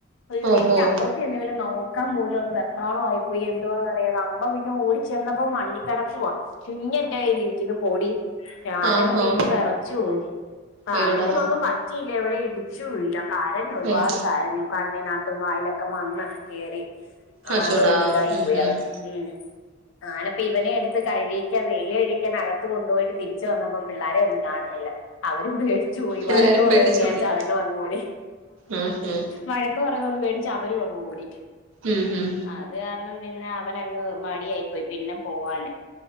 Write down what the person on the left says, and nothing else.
അയ്യോ
എനിക്ക്പ്പുറ പിന്നെ വലെ നോക്കാൻ പോലും അങ് വെപ്പ്രളവ പോയി എന്താവാന്ന്റിയാത അമ്മ പിന്നെ ഓടിച്ച ചെന്നപ്പോ മണ്ണിക്കടപ്പവാ കിഞ്ഞ എന്റെ കയ്ൽിരിക്കുന്നു പൊടി ഞാനങ്ങ്
നിന്ന് വിറച്ചു പോയി ഭാഗ്യത്തിനൊന്നും
പറ്റിയില്ല എവിടെ ഇടിച്ചുല്ല കരഞ്ഞു ഒരുപാട്
കരഞ്ഞു. കണ്ണിനകത്തും വായിലൊക്കെ മണ്ണൊക്കെ കേയറി
അതെ ഒരു ഇതായി
പോയി
അവൻ മ് ആ ഞാനപ്പ ഇവനെ എടുത്ത് കഴിക്കാൻ വെയിലൽ കഴിക്കാൻ അകത്തു കൊണ്ടുപോയിട്ട് തിരിച്ച വന്നപ്പം പിള്ളാരെ ഒന്നും കാണുന്നില്ല. അവരും പേടിച്ചു പോയി വഴക്ക്
പറയുന്ന്
വിചാരിച്ചു അതിങ്ങൾ അങ്ങ ഓടി
വഴക്ക പറയുന്ന് പേടിച അവരങ്ങ് ഓടി
അത് കാരണം പിന്നെ അവന അങ്ങ് മടിയായിപ്പോയി പിന്നെ പോവാന്